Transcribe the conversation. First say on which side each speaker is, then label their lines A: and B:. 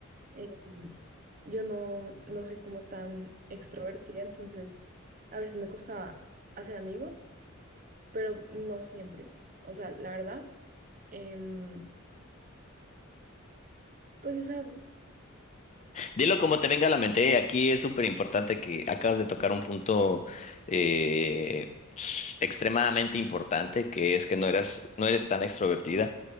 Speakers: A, on the right; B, on the left.
A: Eh, yo no, no soy como tan extrovertida, entonces a veces me costaba hacer amigos, pero no siempre. O sea, la verdad, em, pues, o sea,
B: Dilo como te venga a la mente. ¿eh? Aquí es súper importante que acabas de tocar un punto eh, s- extremadamente importante, que es que no eras, no eres tan extrovertida.